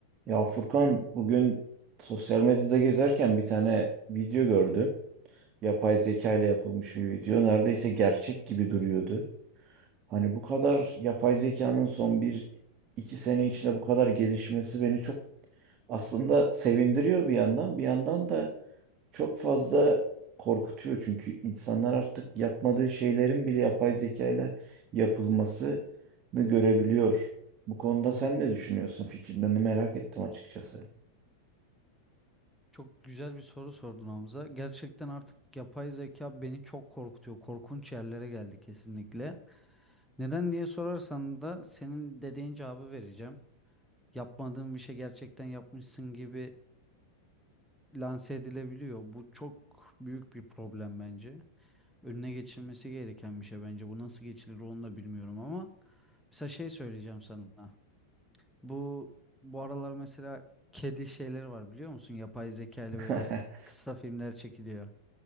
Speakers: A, on the right; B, in the centre.
A: Ya Furkan bugün sosyal medyada gezerken bir tane video gördüm. Yapay zeka ile yapılmış bir video. Neredeyse gerçek gibi duruyordu. Hani bu kadar yapay zekanın son bir iki sene içinde bu kadar gelişmesi beni çok aslında sevindiriyor bir yandan. Bir yandan da çok fazla korkutuyor. Çünkü insanlar artık yapmadığı şeylerin bile yapay zeka ile yapılmasını görebiliyor. Bu konuda sen ne düşünüyorsun? Fikirlerini merak ettim açıkçası.
B: Çok güzel bir soru sordun Hamza. Gerçekten artık yapay zeka beni çok korkutuyor. Korkunç yerlere geldi kesinlikle. Neden diye sorarsan da senin dediğin cevabı vereceğim. Yapmadığın bir şey gerçekten yapmışsın gibi lanse edilebiliyor. Bu çok büyük bir problem bence. Önüne geçilmesi gereken bir şey bence. Bu nasıl geçilir onu da bilmiyorum ama mesela şey söyleyeceğim sana. Bu bu aralar mesela kedi şeyleri var biliyor musun? Yapay zeka ile
A: <laughs>
B: böyle kısa filmler çekiliyor.